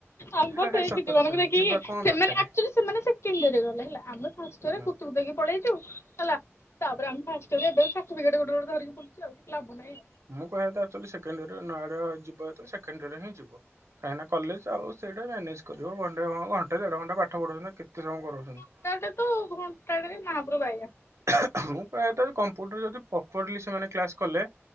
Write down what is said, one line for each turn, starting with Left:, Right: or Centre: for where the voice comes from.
Left: ଆମ୍ବ
Right: ଆରେ
Left: ସେଇ
Right: ଭାଇ ସତ
Left: ଦିଦି
Right: କଥା
Left: ମାନଙ୍କୁ ଦେଖିକି
Right: ଯିବା କଣ
Left: ସେମାନେ
Right: ଦରକାରେ।
Left: ଆଚଲି ସେମାନେ ସେରେ ଗଲେ ହେମକ
Right: ହୁଁ
Left: ପଳେଇ <inaudible> ହେଲା ତାପରେ ଆମେ ଫାର୍ଷ୍ଟ ୟେର୍ ରେ ସାଠିପିକେଟ ଗୋଟେ ଗୋଟେ ଧରିକି ବୁଲୁଛୁ ଆଉ ଲାଭ ନାହିଁ।
Right: ମୁଁ କହିବା ଆକୋଚୋଲି ସେକେଣ୍ଡ ଇରେ ନଆଡଆ ଯିବ ସେକେଣ୍ଡ ଇରେ ହିଁ ଯିବ। କାହିଁକିନା କଲେଜ ଆଉ ସେଇଟା ମ୍ୟାନେଜ କରିବ ଘଣ୍ଟେ ଘଣ୍ଟେ ଦେଢ ଘଣ୍ଟେ ପାଠ ପଢୁଛନ୍ତି କେତ ସମୟ କରାଉଛନ୍ତି।
Left: <unintelligible>
Right: <unintelligible> ମୁଁ କହିବା କମ୍ପୁଟର ଯଦି ପ୍ରପରଲି ସେମାନେ କ୍ଲାସ କଲେ